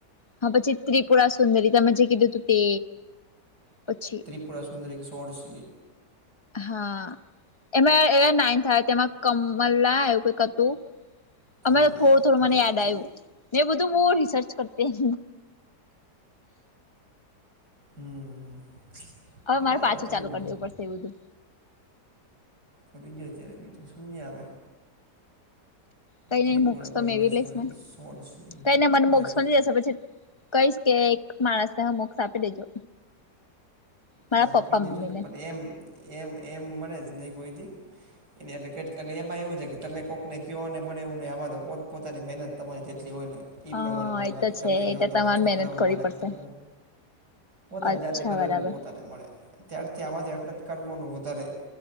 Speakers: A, on the left; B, on the right.
A: હા પછી ત્રિપુરા સુંદરી તમે જે કીધું તું તે પછી,
B: પૂરા સુંદર એક શોટ છે.
A: હા એમાં એ નાઇન્થ આવે તમાં કમલા આવું કઈક હતું.
B: કમલા
A: અમે તો થોડું થોડું
B: એટલે
A: મને યાદ આવ્યું.
B: એક
A: મે બધું બ રિસર્ચ કરતી.
B: હમ.
A: હવે
B: એટલે
A: મારે પાછું
B: આવે ઘણું
A: ચાલુ
B: બધું
A: કર દેવું પડશે એવ બધું.
B: ફરી ગયો જય્યારે બીજું શું ્યાં આવે.
A: કઈ
B: ત્રિપુરા
A: ન મોક્ષ તો
B: પરમેશ્વરી
A: મેવી લઈશ ને
B: સોળસી
A: કઈને મને
B: પુરા
A: મોક્ષ
B: સોળ
A: મ જશે પછી. કહીશ કે એક માણસને હ મોક્ષ આપી દેજો. મારા
B: ના
A: પપ્પા
B: એમ કહી
A: મમ્મી
B: દેજુ ને પણ એમ એમ એમ મળે જ નહી કોઈથીી. એની એટલે કે અને એમાં એવું છે કે તમે કોઈકને કહોને મળે એવું હીં આમાં તો પોતપોતાની મહેનત તમારી જેટલી હોય ને. ઈ
A: હા
B: પ્રમાણે મને
A: એ
B: બાકી
A: તો છે
B: તમે કને
A: એટલે
B: તમારા
A: તમારે
B: છોકરાઓને
A: મહેનત કરવી
B: મને
A: પડશે
B: તમારા પોતાની
A: અચ્છા
B: જાતે કરો
A: બરાબર
B: એટલું પોતાને મળે ત્યારથી આમાંથી એટલા જ કર્મોનું વધારે